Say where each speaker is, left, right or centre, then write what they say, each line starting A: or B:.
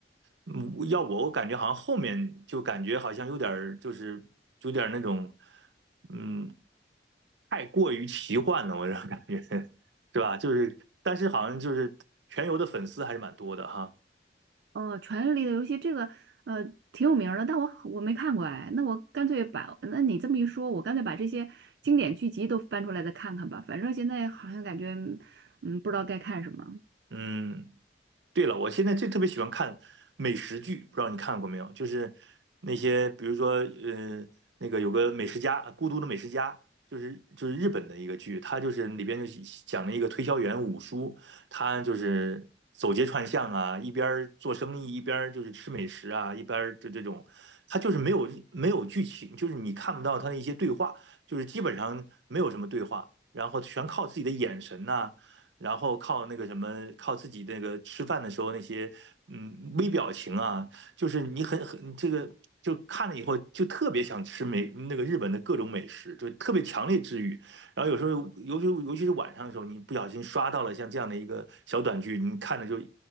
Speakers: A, on the right (about 85°); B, on the right (about 70°).
A: 嗯要我我感觉好像后面就感觉好像有点儿就是有点儿那种，嗯，太过于奇幻了，我这感觉 <laughs> 是吧？就是但是好像就是《全游》的粉丝还是蛮多的哈。
B: 哦，《权力的游戏》这个呃挺有名儿的，但我我没看过哎。那我干脆把，那你这么一说，我干脆把这些经典剧集都翻出来再看看吧。反正现在好像感觉嗯不知道该看什么。
A: 嗯，对了，我现在最特别喜欢看美食剧，不知道你看过没有？就是那些，比如说，呃，那个有个美食家，呃孤独的美食家，就是就是日本的一个剧，它就是里边就是讲了一个推销员五叔，他就是走街串巷啊，一边儿做生意，一边儿就是吃美食啊，一边儿就这种，他就是没有没有剧情，就是你看不到他的一些对话，就是基本上没有什么对话，然后全靠自己的眼神呐、然后靠那个什么，靠自己那个吃饭的时候那些嗯微表情啊，就是你很很这个就看了以后就特别想吃美那个日本的各种美食，就特别强烈治愈。然后有时候尤其尤其是晚上的时候，你不小心刷到了像这样的一个小短剧，你看着就